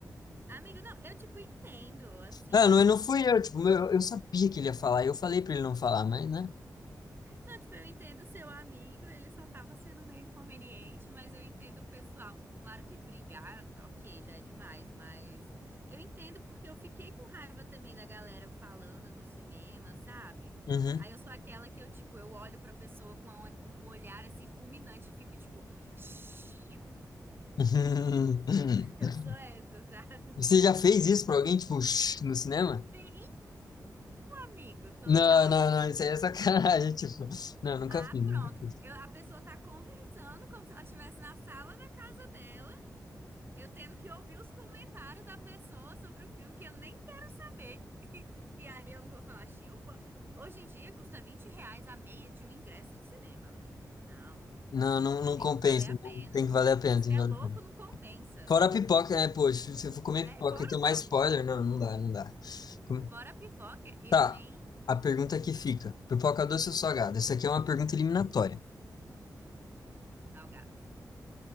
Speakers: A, on the right; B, on the left.
A: Amigo, não, eu, tipo, entendo, assim.
B: Ah, não, não fui eu, tipo, meu- eu sabia que ele ia falar, eu falei pra ele não falar, mas, né?
A: Não, tipo, eu entendo seu amigo, ele só tava sendo meio inconveniente, mas eu entendo o pessoal. Claro que brigar, ok, já é demais, mas eu entendo porque eu fiquei com raiva também da galera falando no cinema, sabe?
B: Uhum.
A: Aí eu sou aquela que eu, tipo, eu olho pra pessoa com a- um olhar, assim, fulminante e fico, tipo, "Shh".
B: <laughs>
A: Eu sou essa, <laughs> sabe?
B: Você já fez isso pra alguém, tipo, shh, no cinema?
A: Sim, Amigo, total.
B: Não, não, não, isso aí é sacanagem, <laughs> tipo, não, nunca
A: Ah,
B: fiz,
A: pronto.
B: nunca fiz.
A: Eu, a pessoa tá conversando como se ela estivesse na sala da casa dela, eu tendo que ouvir os comentários da pessoa sobre o filme que eu nem quero saber. <laughs> E aí eu não vou falar, Chiu, bo- hoje em dia custa 20 reais a meia de um ingresso de cinema, amigo. Não,
B: Não, não, não
A: tem
B: compensa,
A: que valer a pena.
B: não, tem
A: Não,
B: que valer a pena,
A: se
B: tem
A: é
B: que valer
A: louco,
B: a pena.
A: não compensa.
B: Fora a pipoca, né, poxa, se eu for comer
A: É,
B: pipoca
A: fora,
B: e tomar
A: não,
B: spoiler, não, não dá, não dá. Come-
A: fora a pipoca, eu
B: Tá,
A: nem.
B: a pergunta que fica, pipoca doce ou salgada? Essa aqui é uma pergunta eliminatória,
A: Salgada.